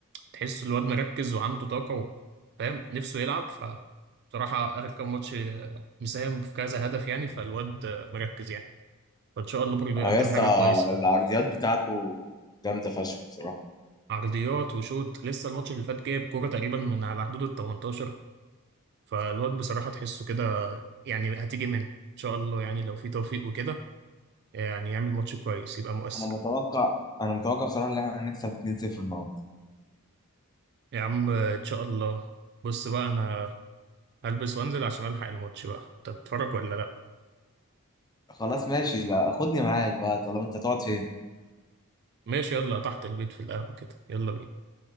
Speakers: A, on the right; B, on the left.
A: تحس الواد مركز وعنده طاقة و- فاهم نفسه يلعب ف بصراحة آخر كام ماتش آه، مساهم في كذا هدف يعني فالواد آه، مركز يعني فإن شاء الله برضو
B: اه
A: يقدم
B: يا اسطى
A: حاجة كويسة
B: العرضيات بتاعته جامده فشخ بصراحه
A: عرضيات وشوط لسه الماتش اللي فات جايب كورة تقريبا من على حدود ال 18 فالواد بصراحة تحسه كده يعني هتيجي منه إن شاء الله يعني لو في توفيق وكده يعني يعمل ماتش كويس يبقى مؤثر
B: انا متوقع انا متوقع بصراحه ان احنا هنكسب 2-0 النهارده
A: يا عم إن شاء الله بص بقى أنا هلبس وأنزل عشان ألحق الماتش بقى أنت تتفرج ولا لأ
B: خلاص ماشي لا خدني معاك بقى طالما انت هتقعد فين
A: ماشي يلا تحت البيت في القهوة كده يلا بينا